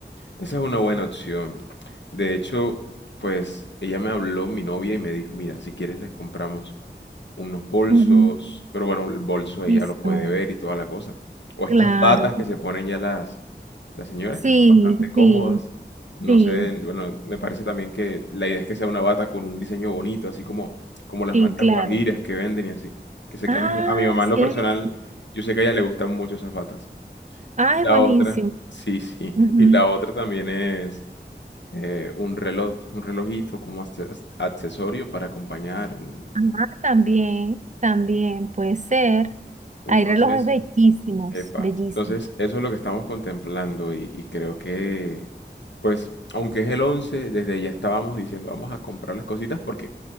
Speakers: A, on the left; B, on the right.
A: Esa es una buena opción. De hecho, pues ella me habló, mi novia, y me dijo, mira, si quieres les compramos unos bolsos,
B: Ujú.
A: pero bueno, el bolso ella
B: Eso.
A: lo puede ver y toda la cosa. O
B: Claro.
A: estas batas que se ponen ya las, las señoras,
B: Sí,
A: que son bastante cómodas.
B: sí,
A: No
B: sí,
A: sé, bueno, me parece también que la idea es que sea una bata con un diseño bonito, así como, como las
B: sí,
A: mantas
B: claro.
A: guajiras que venden y así. Que sé
B: Ah,
A: que a mi, a mi mamá
B: cierto.
A: en lo personal, yo sé que a ella le gustan mucho esas batas.
B: Ay,
A: Y la
B: buenísimo.
A: otra, sí, sí,
B: Ujú.
A: <laughs> y la otra también es eh, un reloj, un relojito como acce- accesorio para acompañar el-
B: Ah, también, también puede ser.
A: Entonces,
B: Hay relojes bellísimos,
A: epa,
B: bellísimos.
A: entonces eso es lo que estamos contemplando y, y creo que, pues, aunque es el 11 desde ya estábamos diciendo, vamos a comprar las cositas porque